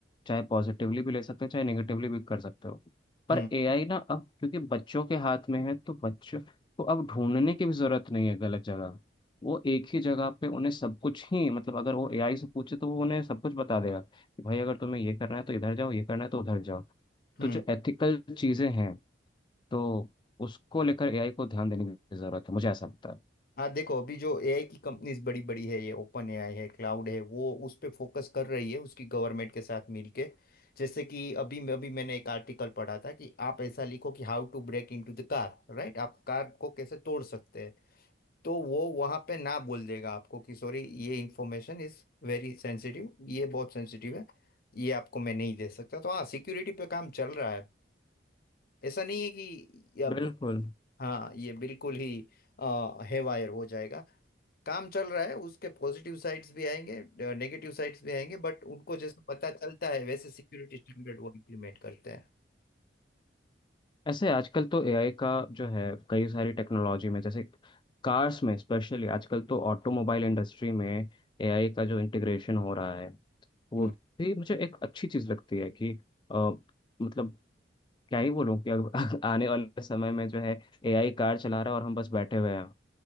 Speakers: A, on the left; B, on the left.
A: चाहे पॉजिटिवली भी ले सकते हो चाहे नेगेटिवली भी कर सकते हो पर
B: हम्म
A: एआई ना अब क्योंकि बच्चों के हाथ में है तो बच्चों को अब ढूंढने की भी जरूरत नहीं है गलत जगह वो एक ही जगह पे उन्हें सब कुछ ही मतलब अगर वो एआई से पूछे तो वो उन्हें सब कुछ बता देगा कि भाई अगर तुम्हें ये करना है तो इधर जाओ ये करना है तो उधर जाओ
B: हम्म।
A: तो जो एथिकल चीज़ें हैं तो उसको लेकर एआई को ध्यान देने की जरूरत है मुझे ऐसा लगता है
B: हाँ देखो अभी जो एआई की कंपनीज बड़ी बड़ी है ये ओपन एआई है क्लाउड है वो उस पे फोकस कर रही है उसकी गवर्नमेंट के साथ मिलके जैसे कि अभी मैं अभी मैंने एक आर्टिकल पढ़ा था कि आप ऐसा लिखो कि how to break into the car right आप कार को कैसे तोड़ सकते हैं तो वो वहां पे ना बोल देगा आपको कि सॉरी ये इंफॉर्मेशन इज वेरी सेंसिटिव ये बहुत सेंसिटिव है ये आपको मैं नहीं दे सकता तो हाँ सिक्योरिटी पे काम चल रहा है ऐसा नहीं है कि ये अब-
A: बिल्कुल
B: हाँ ये बिल्कुल ही हेवायर हो जाएगा काम चल रहा है उसके पॉजिटिव साइड्स भी आएंगे नेगेटिव साइड्स भी आएंगे बट उनको जैसे पता चलता है वैसे सिक्योरिटी स्टैंडर्ड वो इम्प्लीमेंट करते हैं
A: ऐसे आजकल तो एआई का जो है कई सारी टेक्नोलॉजी में जैसे कार्स में स्पेशली आजकल तो ऑटोमोबाइल इंडस्ट्री में एआई का जो इंटीग्रेशन हो रहा है वो
B: हम्म
A: भी मुझे एक अच्छी चीज लगती है कि अ, मतलब क्या ही बोलूं कि अगर <laughs> आने वाले समय में जो है एआई कार चला रहा है और हम बस बैठे हुए हैं